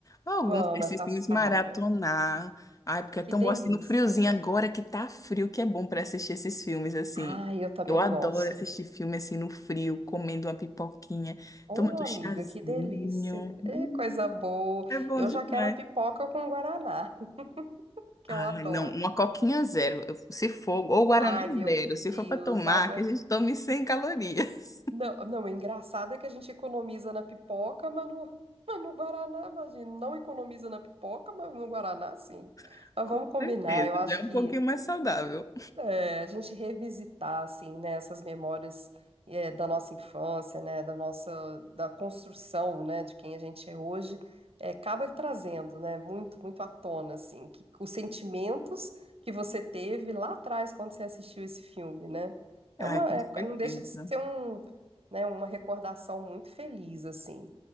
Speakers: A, on the left; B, on the right.
A: alguns
B: Vamos,
A: desses
B: essa
A: filmes
B: saga.
A: maratonar. Ai, porque é
B: Que
A: tão
B: delícia.
A: bom assim no friozinho agora que tá frio, que é bom pra assistir esses filmes assim.
B: Ah, eu também
A: Eu adoro
B: gosto.
A: assistir filme assim no frio, comendo uma pipoquinha,
B: Ô,
A: tomando um
B: amiga,
A: chazinho.
B: que delícia.
A: Hum,
B: Ê, coisa boa.
A: é bom
B: Eu
A: demais.
B: já quero a pipoca com guaraná, <laughs> que eu
A: Ai,
B: adoro.
A: não, uma coquinha zero. Eu- Se for, ou Guaraná
B: Ai, meu
A: zero, se
B: Deus,
A: for para tomar,
B: água.
A: que
B: é
A: a gente tome 100 calorias.
B: Não, não, o engraçado é que a gente economiza na pipoca, mas no, <laughs> mas no guaraná, imagina. Não economiza na pipoca, mas no guaraná, sim.
A: <laughs>
B: Mas
A: Com
B: vamos combinar.
A: certeza,
B: Eu acho
A: já é
B: que
A: um pouquinho mais saudável.
B: É, a gente revisitar, assim, né, essas memórias é, da nossa infância, né, da nossa, da construção, né, de quem a gente é hoje, é, acaba trazendo, né, muito, muito à tona, assim, que, os sentimentos que você teve lá atrás quando você assistiu esse filme, né,
A: Ai,
B: é uma,
A: com
B: é,
A: certeza.
B: não deixa de ser um, né, uma recordação muito feliz, assim.